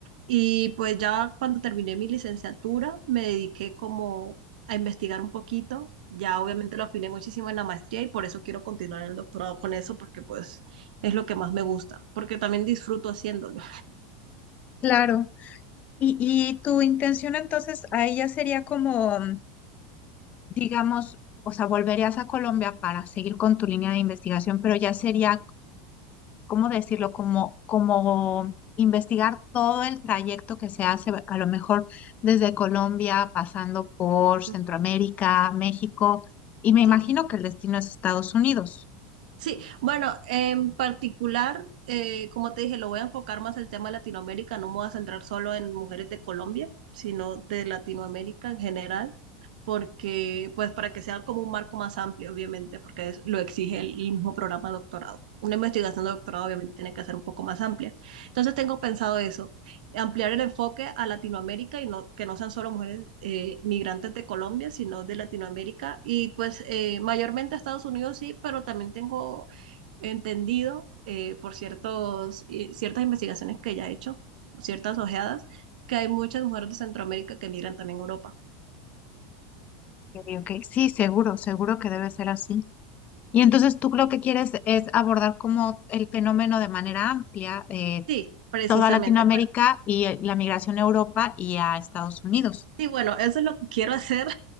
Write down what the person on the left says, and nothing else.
Claro. Y, y tu intención entonces ahí ya sería como, mm, digamos, o sea, volverías a Colombia para seguir con tu línea de investigación, pero ya sería ¿cómo decirlo? Como, como investigar todo el trayecto que se hace, a lo mejor desde Colombia, pasando por Centroamérica,
México, y me imagino
que el destino es Estados Unidos.
Yo digo que sí, seguro, seguro que debe ser así. Y entonces tú lo que quieres es abordar como el fenómeno de manera amplia, eh,
toda Latinoamérica
y eh, la migración a Europa y a Estados Unidos.